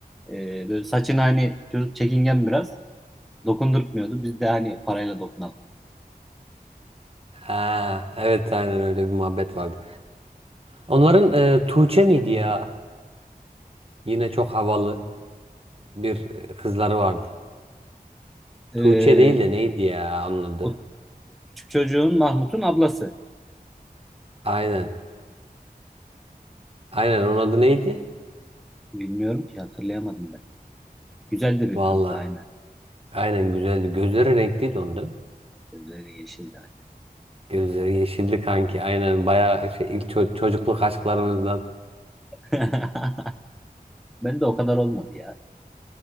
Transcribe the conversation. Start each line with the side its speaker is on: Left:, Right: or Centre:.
Centre: E, böyle saçını hani çocuk çekingen biraz dokundurtmuyordu. Biz de hani parayla dokunalım.
Right: Ha evet aynen öyle bir muhabbet vardı. Onların e, Tuğçe miydi ya? Yine çok havalı. bir kızları vardı.
Centre: E,
Right: Tuğçe değil de neydi ya onun adı?
Centre: o küçük çocuğun Mahmut'un ablası.
Right: Aynen. Aynen onun adı neydi?
Centre: Bilmiyorum ki hatırlayamadım ben. Güzel de bir
Right: Valla.
Centre: kızdı aynen.
Right: Aynen güzeldi. Gözleri renkliydi onun değil mi?
Centre: Gözleri yeşildi aynen.
Right: Gözleri yeşildi kanki. Aynen bayağı şey, ilk ço- çocukluk aşklarımızdan.
Centre: <laughs> Ben de o kadar olmadı ya.